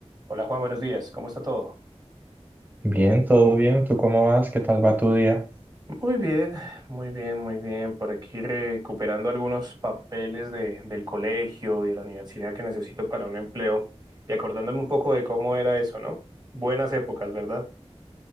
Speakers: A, on the right; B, on the right.
A: Hola Juan, buenos días. ¿Cómo está todo?
B: Bien, todo bien. ¿Tú cómo vas? ¿Qué tal va tu día?
A: Muy bien, muy bien, muy bien. Por aquí recuperando algunos papeles de, del colegio y de la universidad que necesito para un empleo y acordándome un poco de cómo era eso, ¿no? Buenas épocas, ¿verdad?